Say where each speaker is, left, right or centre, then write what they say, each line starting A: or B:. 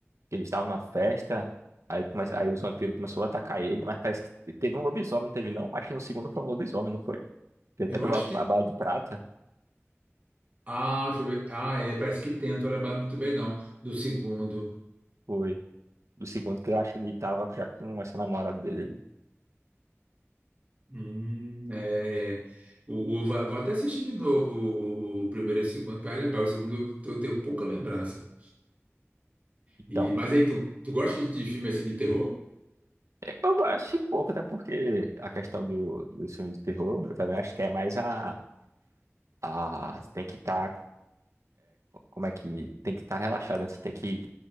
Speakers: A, on the right; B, on the right.
A: Que eles estavam numa festa. Aí, come... aí os vampiros começaram a atacar ele, mas parece que teve um lobisomem, não teve não? Acho que no segundo foi um lobisomem, não foi? Foi até
B: Eu
A: pela
B: acho que.
A: a bala de prata.
B: Ah, deixa eu ver. Ah, é, parece que tem, não tô lembrado muito bem, não. Do segundo.
A: Foi. do segundo, que eu acho que ele tava já com essa namorada dele. aí.
B: Hum, é, é. O, o- vou vou até assistir de novo o, o- o primeiro e o segundo para lembrar. O segundo eu tô- eu tenho pouca lembrança.
A: Então,
B: E, mas aí, tu, tu gosta de, de filme assim de terror?
A: eu gosto de pouco, né? Porque a questão do, do filme de terror, eu também acho que é mais a, a tem que estar, como é que, tem que estar relaxado, né? Tu tem que